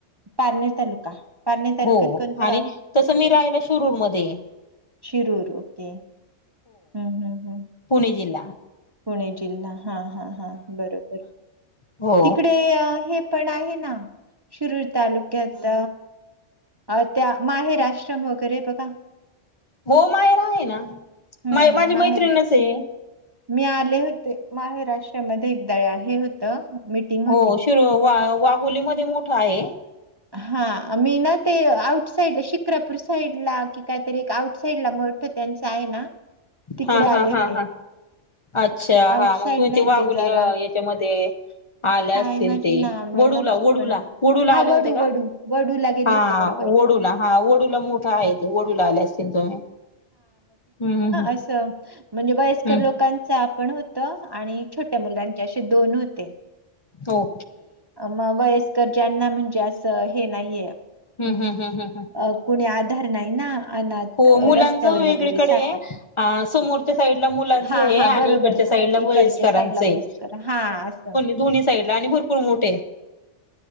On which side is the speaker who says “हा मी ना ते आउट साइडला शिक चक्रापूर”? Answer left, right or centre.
Right